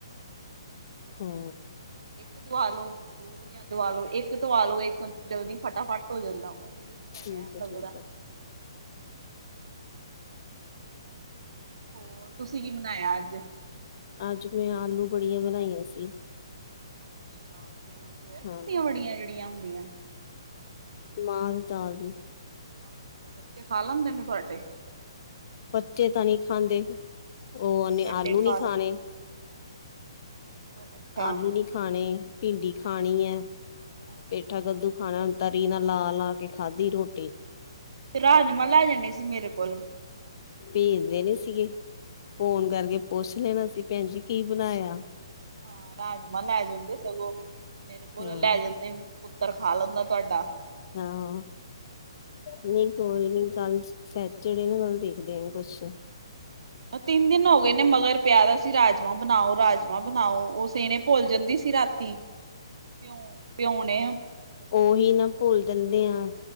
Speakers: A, on the left (about 50°); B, on the right (about 70°).
A: ਹੂੰ।
B: ਇੱਕ ਦਵਾ ਲੋ, ਦੋ ਯਾਂ ਦਵਾ ਲੋ ਇੱਕ ਧੁਆ ਲੋ ਇੱਕ ਜਲਦੀ ਫਟਾਫਟ ਹੋ ਜਾਂਦਾ ਓਵੇਂ ਦੀ <unintelligible>
A: ਠੀਕ
B: ਟੈਮ
A: ਹੈ
B: ਲਗਦਾ।
A: ਠੀਕ ਹੈ
B: ਹੋਰ ਤੁਸੀਂ ਕੀ ਬਨਾਏਆ ਅੱਜ?
A: ਅੱਜ ਮੈਂ ਆਲੂ ਬੜੀਆਂ ਬਣਾਈਆਂ ਸੀ।
B: ਅੱਛਿਆ ਓ ਸੋਇਆ ਬੀਨ
A: ਹਾਂ।
B: ਦੀਆਂ ਬੜੀਆਂ ਜੇੜੀਆਂ ਹੁੰਦੀਐ
A: ਮਾਨ-ਤਾਨ ਦੀ।
B: ਅੱਛਿਆ, ਬੱਚੇ ਖਾ ਲੈਂਦੇ ਨੇ ਤੁਆਡੇ?
A: ਬੱਚੇ ਤਾਂ ਨੀ ਖਾਂਦੇ ਓ ਓਨੇ
B: ਵੱਡੇ
A: ਆਲੂ
B: ਖਾ
A: ਨੀ ਖਾਨੇ।
B: ਲੈਣ ਅੱਛਾ
A: ਆਲੂ ਨੀ ਖਾਣੇ, ਭਿੰਡੀ ਖਾਣੀ ਐ,
B: ਅੱਛਾ
A: ਪੇਠਾ ਕੱਦੂ ਖਾਣਾ ਤਰੀ ਨਾ ਲਾ ਲਾ ਕੇ ਖਾਦੀ ਰੋਟੀ।
B: ਫੇਰ ਰਾਜਮਾ ਲੈ ਜਾਣੇ ਸੀ ਮੇਰੇ ਕੋਲੋਂ।
A: ਭੇਜ ਦੇਨੇ ਸੀਗੇ, ਫੋਨ ਕਰਕੇ ਪੁੱਸ਼ ਲੈਣਾ ਸੀ ਭੈਣ ਜੀ ਕੀ ਬਣਾਏਆ?
B: ਹਾਂ ਰਾਜਮਾਂ ਲੈ ਜਾਂਦੇ ਸਗੋਂ, ਮੇਰੇ ਕੋਲੋ
A: ਹਾਂ।
B: ਲੈ ਜਾਂਦੇ। ਪੁੱਤਰ ਖਾ ਲੰਦਾ ਤੁਆਡਾ।
A: ਹਾਂ। ਨਈਂ ਕੋਈ ਨੀ ਕੱਲ ਸੈਚਰਡੇ ਨੂੰ ਕਲ ਦੇਖਦੇ ਆ ਕੁਸ਼।
B: ਅ ਤਿੰਨ ਦਿਨ ਹੋ ਗਏ ਨੇ ਮਗਰ ਪਿਆ ਦਾ ਸੀ ਰਾਜਮਾਂ ਬਣਾਓ ਰਾਜ ਬਣਾਓ ਉਸੇ ਨੇ ਭੁੱਲ ਜੰਦੀ ਸੀ ਰਾਤੀ, ਭਿਓਂ ਭਿਓਨੇ।
A: ਓਹੀ ਨਾ ਭੁੱਲ ਜੰਦੇ ਆਂ।